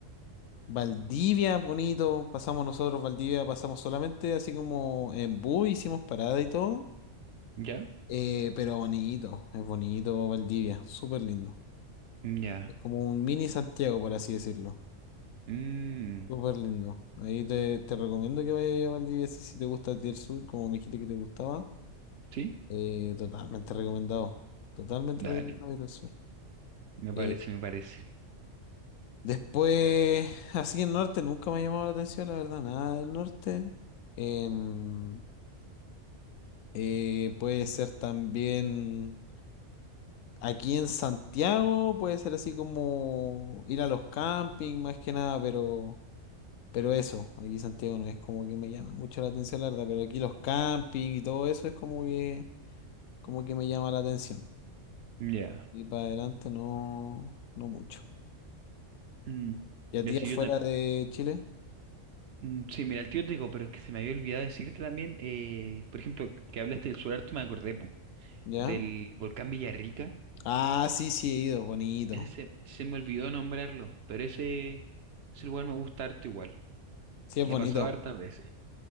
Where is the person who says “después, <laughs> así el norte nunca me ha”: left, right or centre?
Left